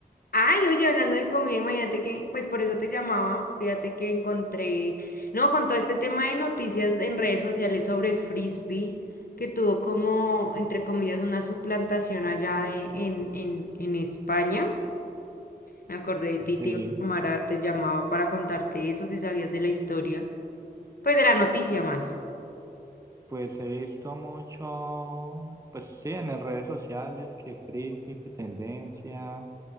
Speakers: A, on the left; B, on the right.
A: Ay, oye, hablando de comida, imagínate que, pues por eso te llamaba, fíjate que encontré, no, con todo este tema de noticias en redes sociales sobre Frisbee, que tuvo como, entre comillas, una suplantación allá de, en, en, en España. Me acordé de ti,
B: Sí,
A: te iba a llamar a- te llamaba para contarte eso, si sabías de la historia. Pues de la noticia más.
B: pues he visto mucho, pues sí, en las redes sociales, que frisbee, que tendencia,